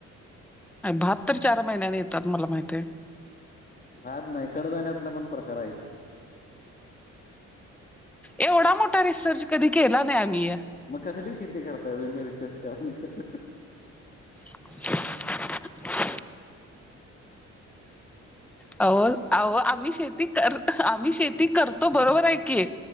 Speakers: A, in the centre; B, on the left (about 30°).
A: भात तर चार महिन्याने येतात मला माहिती आहे.....
B: भात नाही कडधण्यातला पण प्रकार आहेत की,
A: एवढा मोठा रिसर्च कधी केला नाही आम्ही या....
B: मग कसली शेती करताय तुम्ही रिसर्च करताय...
A: <inaudible> अहो अहो आम्ही शेती कर आम्ही शेती करतो बरोबर आहे की....